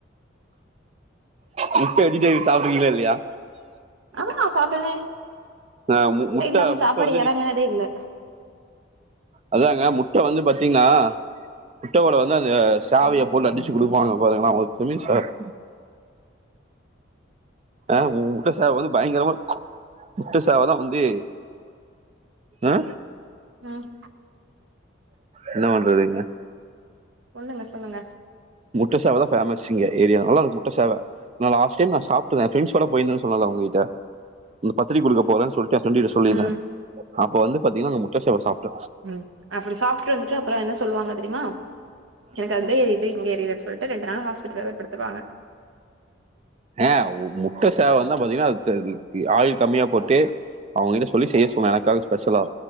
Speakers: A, on the right; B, on the right.
A: முட்ட வெஜிடேரியன் சாப்டுவீங்களா இல்லயா
B: ஆமா நா சாப்டுவனே
A: ஆஹ் மு-
B: முட்ட
A: முட்டை
B: இல்லாம
A: முட்டை
B: சாப்பாடு
A: வந்து
B: எறங்குனதே
A: நீ-
B: இல்ல
A: அதாங்க முட்ட வந்து பாத்தீனா முட்ட ஓட வந்து அந்த சாவைய போட்டு அடிச்சி குடுப்பாங்க பாருங்கல ஒரு துளி ஃபேட் ஆ முட்ட சேவ வந்து பயங்கரமா முட்ட சேவதா வந்து அ
B: ம்
A: என்ன பண்றதுங்க
B: ஒண்ணுக சொல்லுங்க
A: முட்ட சேவ தா ஃபேமஸ் இங்க ஏரியா நல்லா இருக்கு முட்ட சேவ நா லாஸ்ட் டைம் நா சாப்ட ஃபிரண்ட்ஸ் ஓட போயிருந்தேனு சொன்னல்ல உங்ககிட்ட இந்த பத்திரிக்க குடுக்க போறன் சொல்ட்டே ஃபிரண்டு கிட்ட சொல்லிருந்த
B: ம்
A: அப்ப வந்து பாத்தீங்கனா நா முட்ட சேவ சாப்ட
B: ம் அப்டி சாப்ட்டு வந்துட்டு அப்றோ என்ன சொல்லுவாங்க தெரியுமா எனக்கு அங்க எரியுது இங்க எரியுது சொ போயிட்டு ரெண்டு நாள் ஹாஸ்பிட்டல போய் படுத்துவாங்க
A: ஆ முட்ட சேவ வந்தா பாத்தீங்கனா அ ஆயில் கம்மியா போட்டு அவுங்ககிட்ட சொல்லி செய்ய சொன்ன எனக்காக ஸ்பெஷலா